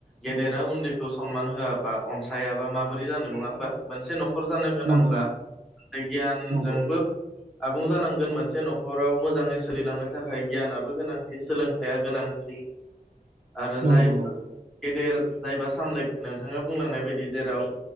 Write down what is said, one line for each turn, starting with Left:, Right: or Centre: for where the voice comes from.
Right: नंगौ
Centre: गेदेरा उन्दैखौ सनमान होआबा अनसायाबा माबोरै जानो नङा होमबा मोनसे न' न'खर जानो गोनांब्ला
Right: नंगौ
Centre: गियानजोंबो
Right: नंगौ
Centre: आबुं जानांगोन मोनसे न'खराव मोजाङै सोलिलांनो थाखाय गियानाबो गोनांथि सोलोंथाइया गोनांथि।
Right: <inaudible>
Centre: आरो
Right: नंगौ
Centre: जाय
Right: नंगौ
Centre: गेदेर जायबा सामलाय नोंथाङा बुंलांनाय बायदि जेराव